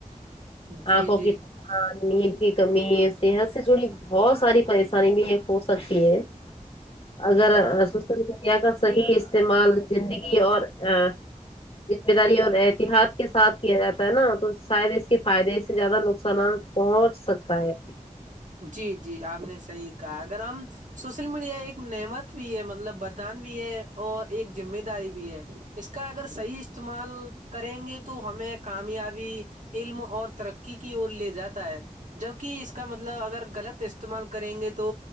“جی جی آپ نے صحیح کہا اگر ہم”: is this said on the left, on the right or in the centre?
Right